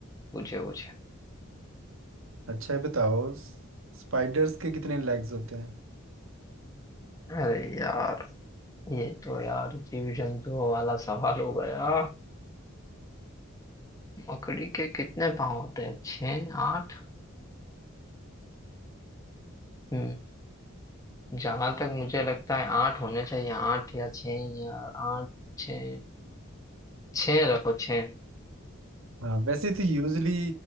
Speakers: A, on the left; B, on the right.
A: पूछे पूछे
B: अच्छा है बताओ स्पाइडर्स के कितने लेग्स होते हैं
A: अरे यार ये तो यार जीव जंतुओं वाला सवाल हो गया मकड़ी के कितने पाँव होते हैं छः आठ हम्म जहां तक मुझे लगता है आठ होने चाहिए आठ या छः या आठ छः छः रखो छः
B: हाँ वैसे तो यूजली